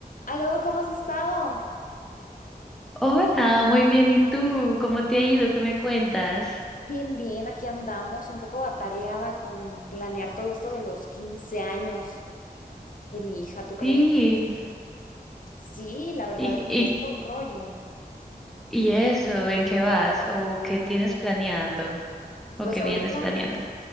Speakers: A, on the left; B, in the centre.
A: Aló, ¿cómo has estado?
B: Hola, muy bien. ¿Y tú? ¿Cómo te ha ido? ¿Qué me cuentas?
A: Bien, bien, aquí andamos, un poco atareada con planear todo esto de los 15 años de mi hija, ¿tú crees?
B: Sí.
A: Sí, la verdad
B: ¿Y,
A: es que
B: y,
A: es todo un rollo.
B: y eso? ¿En qué vas? ¿O qué tienes planeando? ¿O
A: Pues
B: qué
A: ahorita,
B: vienes planeando?